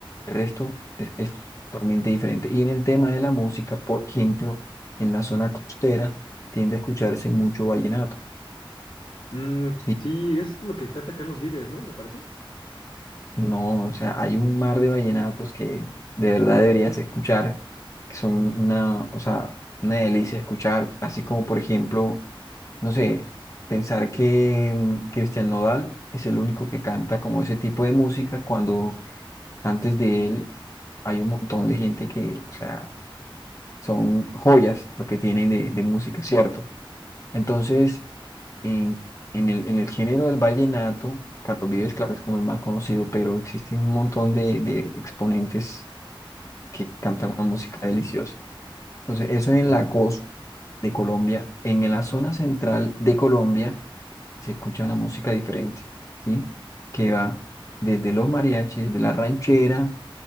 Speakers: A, on the left; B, on the left.
A: el resto es, es totalmente diferente. Y en el tema de la música, por ejemplo, en la zona costera tiende a escucharse mucho vallenato,
B: Mm,
A: ¿sí?
B: sí, es lo que canta Carlos Vives, ¿no? Me parece.
A: No, o sea, hay un mar de vallenatos que de verdad deberías escuchar, que son una, o sea, una delicia escuchar, así como por ejemplo no sé, pensar que mm, Cristian Nodal es el único que canta como ese tipo de música, cuando antes de él hay un montón de gente que, o sea, son joyas lo que tienen de, de música, ¿cierto? Entonces, en, en el, en el género del vallenato, Carlos Vives, claro, es como el más conocido, pero existen un montón de, de exponentes que cantan una música deliciosa. Entonces, eso en
B: Ya.
A: la costa de Colombia, en la zona central de Colombia se escucha una música diferente, ¿sí? Que va desde los mariachis, de la ranchera,